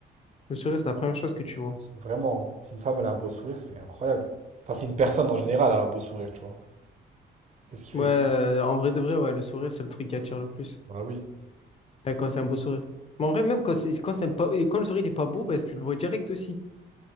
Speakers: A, on the left; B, on the right.
A: Le sourire, c'est la première chose que tu vois.
B: Vraiment, hein. Si une femme, elle a un beau sourire, c'est incroyable. Enfin, si une personne, en général, elle a un beau sourire, tu vois. C'est ce qui fait
A: Ouais, euh,
B: tout.
A: en vrai de vrai, ouais, le sourire, c'est le truc qui attire le plus.
B: Bah oui.
A: Ouais, quand c'est un beau sourire. Mais en vrai, même quand c'est, quand c'est pas, quand le sourire n'est pas beau, bah, tu le vois direct aussi.